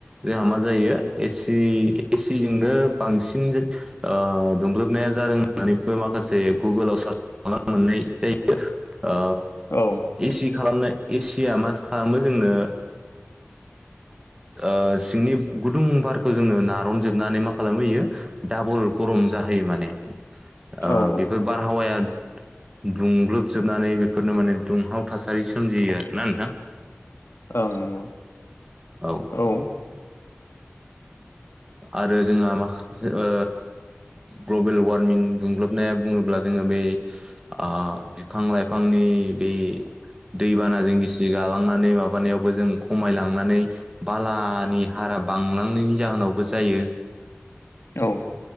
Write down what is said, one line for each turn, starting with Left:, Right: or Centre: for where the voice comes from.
Right: जोंहा मा जायो एसि एसिजोंनो बांसिन ओ दुंग्लोबनाया जादों होननानैबो माखासे गुगोलाव सार्च खालामबा मोननाय जायो। ओ
Left: औ।
Right: एसि खालामनाय एसिया मा खालामो जोंनो ओ सिंनि गुदुं बारखौ जोंनो नारन जोबनानै मा खालामहैयो डाबल गरम जाहैयो माने ओ
Left: औ औ
Right: बेफोर बारहावाया दुंग्लोबजोबनानै बेफोरनो माने दुंहाव थासारि सोमजियो आरो ना नोंथां।
Left: ओं नंगौ।
Right: औ।
Left: औ।
Right: आरो जोंहा माखासे ओ ग्लबेल वारमिं दुंग्लोबनाया बुङोब्ला जोङो बे आ फिफां लाइफांनि बे दैबानाजों गिसि गालांनानै माबानायावबो जों खमायलांनानै बालानि हारा बांलांनायनि जाहोनावबो जायो
Left: औ